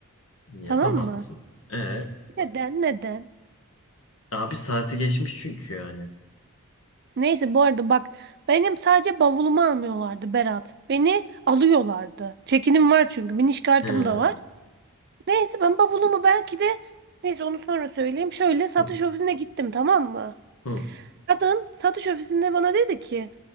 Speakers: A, on the right; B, on the left.
A: Tamam
B: Yapamazsın.
A: mı?
B: E
A: Neden? Neden?
B: abi saati geçmiş çünkü yani.
A: Neyse bu arada bak benim sadece bavulumu almıyorlardı Berat. Beni alıyorlardı. Çekinim var çünkü biniş kartım
B: He.
A: da var. Neyse ben bavulumu belki de neyse onu sonra söyleyeyim. Şöyle satış
B: Hı.
A: ofisine gittim tamam mı?
B: Hı.
A: Kadın satış ofisinde bana dedi ki